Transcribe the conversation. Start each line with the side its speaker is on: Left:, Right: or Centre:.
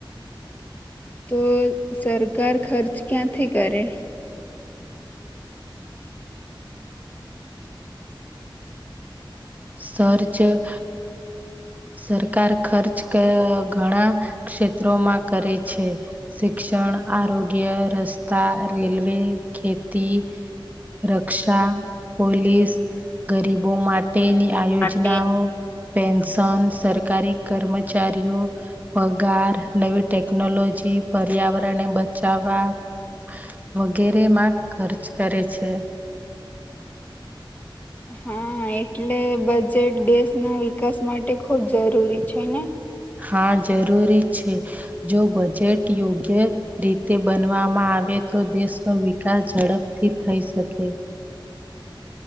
Left: તો સરકાર ખર્ચ ક્યાંથી કરે
Right: ખર્ચ સર સરકાર ખર્ચ ઘણા ક્ષેત્રોમાં કરે છે શિક્ષણ આરોગ્ય ગ્ય રસ્તા રેલ્વે ખેતી રક્ષા પોલીસ ગરીબો મા ટે ની આયોજનાઓ
Left: માટે
Right: પેન્શન્સ સરકારી કર્મચારીઓ પગાર નવી ટેકનોલોજી પર્યાવરણ ને બચાવવા વગેરે માં ખર્ચ કરે છે
Left: <inaudible> હા એટલે બજેટ દેશના વિકાસ માટે ખુબ જરૂરી છે ને
Right: હા જરૂરી છે જો બજેટ યોગ્ય રીતે બનવામાં આવે તો તો દેશનો વિકાસ ઝડપથી થઈ શકે